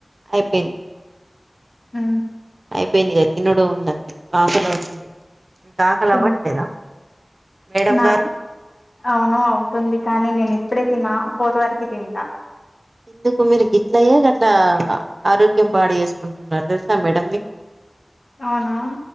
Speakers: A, on the right; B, on the left.
A: అయిపోయింది
B: హ
A: అయిపోయింది కద తినుడు ఉన్నది ఆకలి అవుతుంది మీకు ఆకలి
B: తిన్
A: అవ్వట్లేదా మేడం
B: నాక్
A: గారు
B: అవును అవుతుంది కానీ నేను ఇప్పుడే తిన ఫోర్ వరకి తింటా
A: ఎందుకు మీరు గిట్లయ్యా అట్లా ఆరోగ్యం పాడు చేసుకుంటున్నారు తెలుసా మేడం మీకు
B: అవునా